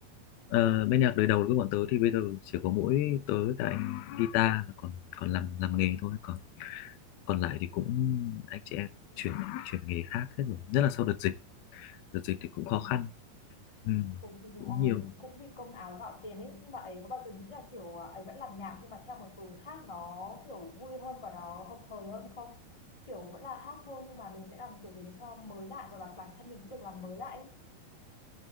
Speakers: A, on the left (about 80°); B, on the left (about 20°).
A: Ờ, bên nhạc đời đầu của bọn tớ thì bây giờ chỉ có mỗi tớ và anh guitar là còn còn làm làm nghề thôi còn còn lại thì cũng anh chị em chuyển chuyển nghề khác hết rồi nhất là sau đợt dịch đợt dịch thì cũng
B: Ừ.
A: khó khăn ừ,
B: Cũng thì mọi
A: cũng nhiều
B: người cũng vì công áo gạo tiền ấy nhưng mà ấy có bao giờ nghĩ là kiểu à, ấy vẫn làm nhạc nhưng mà theo một hướng khác nó kiểu vui hơn và nó hợp thời hơn không kiểu vẫn là hát thôi nhưng mà mình sẽ làm kiểu gì để cho mới lại và bản bản thân mình cũng được làm mới lại ấy.